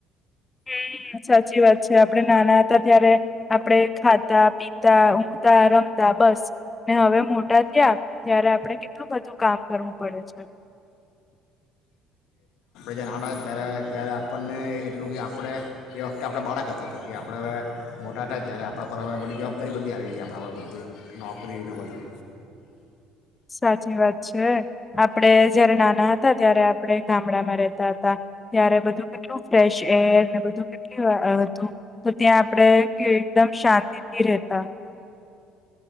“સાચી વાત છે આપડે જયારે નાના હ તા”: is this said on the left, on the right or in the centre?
Left